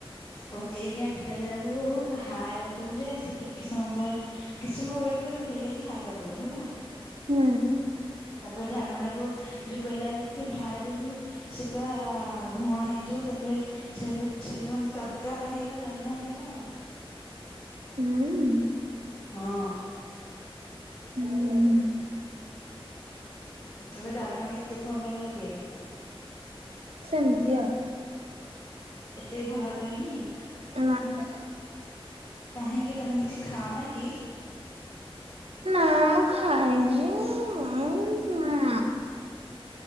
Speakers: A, on the left; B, on the right.
A: ପକେଇକି ଆଁଠୁ ପିଆଜରାକୁ ପୁରା ହାଏ କରଦୋବୁ ଯେ ସିଏ ଟିକେ ସମୟ ପରେ କେ ସମୟ ୱେଟ୍ କରିବୁ ହେଇ ଲଗି ହାଏ କରଦୋବୁ, ହେଲା?
B: ହୁଁ।
A: ତାପରେ ଢା ମାନେ କୋଉ ଯୋଉ ବେଲାରେ ରଖିଥିବୁ ଢାଳି ଦବୁ ସେ ପୁରା ଧୂଆଁ ହେଇଯିବ ତାପରେ ସେ ପ ସେଟା କୁହନ୍ତି ତଡ଼କା ହେଇଗଲା ଦାଲମା ହେଇଗଲା ଆଉ।
B: ହୁଁ?
A: ହଁ।
B: ହୁଁ।
A: ତତେ ଡାଲମା କେତେ ଫଲ ଲାଗେ?
B: ସେମତିଆ।
A: ଏତେ ବି ଭଲ ଲାଗେନି?
B: ନାଁ।
A: କାହିଁକି ତମେ କିଛି ଖାଅ ନା କି?
B: ନ ମୁଁ ଖାଏ ଯେ ମୁଁ ଉଁ